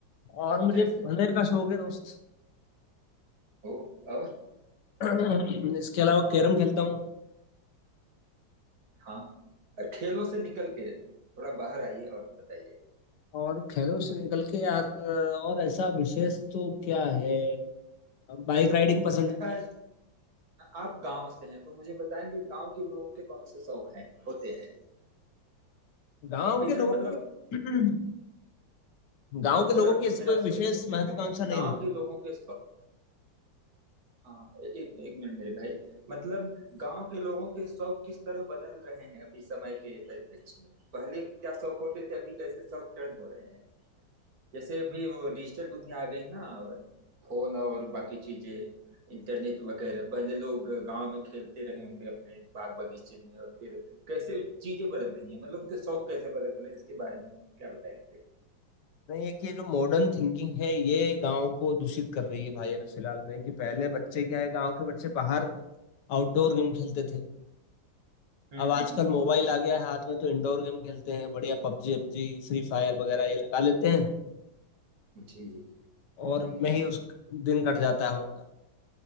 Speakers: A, on the left; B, on the right.
A: और मुझे
B: जैसे
A: पढ़ने का शौक है दोस्त
B: ओ और
A: <clears throat> इसके अलावा कैरम खेलता हूँ मैं
B: हाँ और खेलों से निकल के थोड़ा बाहर आइए और बताइए
A: और खेलों से निकल के यार और ऐसा विशेष तो क्या है बाइक राइडिंग पसंद
B: अच्छा
A: है
B: आप गांव से हैं तो मुझे बताएंगे गांव के लोगों के कौन से शौक हैं होते हैं
A: गांव के
B: इधर
A: लोगों
B: मतलब
A: को <clears throat> गांव के लोगों
B: पूरा
A: की ऐसी
B: मेरा
A: कोई विशेष
B: सो एक मिनट
A: महत्वाकांक्षा
B: एक सेकंड।
A: नहीं
B: गांव
A: रहती
B: के लोगों के शौक हाँ एक एक मिनट मेरे भाई मतलब गांव के लोगों के शौक किस तरह बदल रहे हैं अभी समय के परिप्रेक्ष्य में पहले क्या शौक होते थे अभी कैसे शौक टर्न हो रहे हैं जैसे अभी वो डिजिटल दुनिया आ गई ना फोन और बाकी चीजें इंटरनेट वगैरह पहले लोग गांव में खेलते रहे होंगे अपने बाग बगीचे में और फिर कैसे चीजें बदल रही हैं मतलब उनके शौक कैसे बदल रहे हैं इसके बारे में क्या बताएंगे
A: नहीं है कि ये जो मॉडर्न थिंकिंग है ये गांव को दूषित कर रही है भाई अभी फिलहाल में कि पहले बच्चे क्या है गांव के बच्चे बाहर आउटडोर गेम खेलते थे
B: हम्म
A: अब
B: हम्म
A: आजकल
B: हम्म।
A: मोबाइल आ गया है हाथ में तो इंडोर गेम खेलते हैं बढ़िया पबजी पबजी फ्री फायर वगैरह ये लगा लेते हैं
B: जी जी
A: और उनमें ही उस दिन कट जाता है उनका